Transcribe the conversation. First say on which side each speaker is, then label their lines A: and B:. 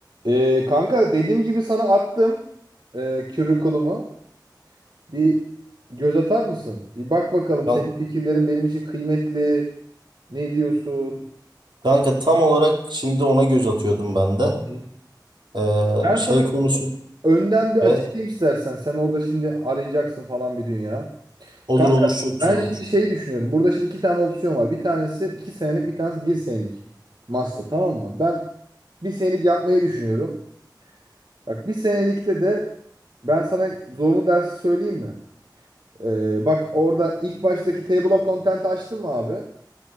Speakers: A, on the right; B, on the right.
A: Ee, kanka dediğim gibi sana attım e, curriculum'u. Bir göz atar mısın? Bir bak bakalım
B: Kan-
A: senin fikirlerin benim için kıymetli. Ne diyorsun?
B: Kanka tam olarak şimdi ona göz atıyordum ben de.
A: Hı hı.
B: Ee,
A: Ben
B: şey
A: sana
B: konusu
A: önden bir açıklayayım
B: evet,
A: istersen. Sen orada şimdi arayacaksın falan bir dünya.
B: olur
A: Kanka
B: olur çok güzel
A: ben şimdi
B: olur.
A: şeyi düşünüyorum. Burada şimdi iki tane opsiyon var. Bir tanesi iki senelik, bir tanesi bir senelik. Master tamam mı? Ben bir senelik yapmayı düşünüyorum. Bak bir senelikte de ben sana zorunlu dersi söyleyeyim mi? Ee, bak orada ilk baştaki Table of Content'i açtın mı abi?